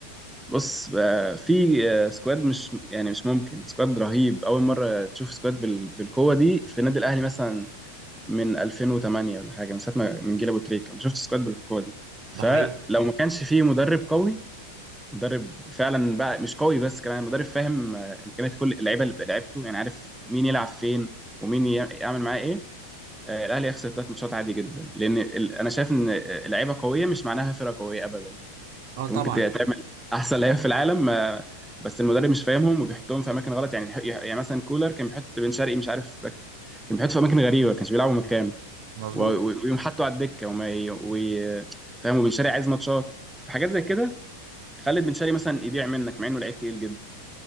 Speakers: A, in the centre; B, on the right (about 50°).
A: بص آه، في آه، سكواد مش يعني مش ممكن سكواد رهيب اول مره تشوف سكواد بال- بالقوه دي في النادي الاهلي مثلا من 2008 ولا حاجه من ساعه ما من جيل ابو تريكه ما شفتش سكواد بالقوه دي فلو
B: ده حقيقي
A: ما كانش فيه مدرب قوي مدرب فعلا بقى مش قوي بس كمان مدرب فاهم آه، امكانيات كل اللعيبه اللي لعبته يعني عارف مين يلعب فين ومين يع- يعمل معاه ايه آه، الاهلي يخسر ثلاث ماتشات عادي جدا لان ال- انا شايف ان آه، لعيبه قويه مش معناها فرقه قويه ابدا
B: اه
A: انت
B: طبعا
A: ممكن تعمل احسن لعيبه في العالم آه، بس المدرب مش فاهمهم وبيحطهم في اماكن غلط يعني يعني مثلا كولر كان بيحط بن شرقي مش عارف باك- كان بيحط في اماكن غريبه ما كانش بيلعبوا مكانه
B: مظبوط
A: و- و- ويقوم حاطه على الدكه وما ي... وي... فاهم وبن شرقي عايز ماتشات فحاجات زي كده خلت بن شرقي مثلا يضيع منك مع انه لعيب تقيل جدا